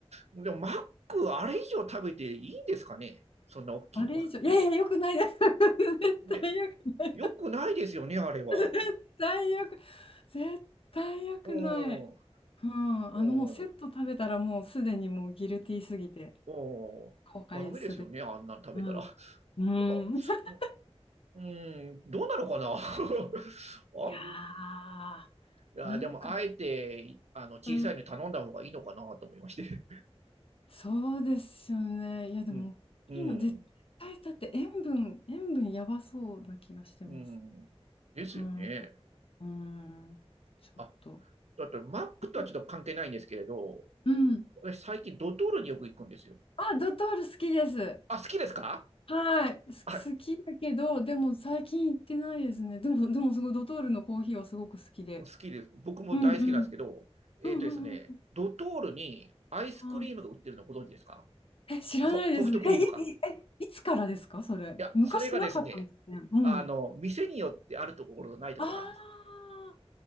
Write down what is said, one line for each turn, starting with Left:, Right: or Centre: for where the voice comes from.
Right: の。でもマックあれ以上食べていいんですかねそんな大きいの。
Left: あれ以上、いやいや、よくないです。<laughs> 絶対よくない。
Right: ね、よくないですよね、あれは。
Left: 絶対よく、絶対よくない。
Right: うん、うん、
Left: うん、
Right: う
Left: あのもうセット食べたらもうすでにもうギルティーすぎて
Right: ん。
Left: 後悔すべき。
Right: ダメですよね、あんなん食べたら。
Left: うん。
Right: や
Left: う
Right: っぱ、
Left: ん。<laughs>
Right: ううん、どうなのかな <laughs> あん
Left: いやー、
Right: いや、
Left: なんか
Right: でも、あえて、あの、小さいの頼んだ方がいいのかなと思いまして。
Left: うん。そうですよね。いやでも、
Right: うん、うん、
Left: いいの、絶対だって塩分、塩分やばそうな気がしてます。
Right: うん。ですよね。
Left: うん。うん。ちょっと。
Right: あ、だってマックとはちょっと関係ないんですけれど、
Left: <laughs> うん。
Right: 私最近ドトールによく行くんですよ。
Left: あ、ドトール好きです。
Right: あ、好きですか
Left: はい。す好きだけど、
Right: はい、
Left: でも最近行ってないですね。でも、でもすごいドトールのコーヒーはすごく好きで。
Right: 好きです。僕も大好きなんですけど、
Left: うんうん。うんうんう
Right: えっとですね、ドトールにアイスクリームが売ってるのご存知ですか
Left: んうん。え、知らないです。
Right: あ、ソ、ソフトクリームか。
Left: え、い、い、え、いつからですか、それ。
Right: いや、
Left: 昔なかったですね。
Right: それがですね、
Left: うん。
Right: あの、店によってあるところとないところがあるんですよ。
Left: ああ、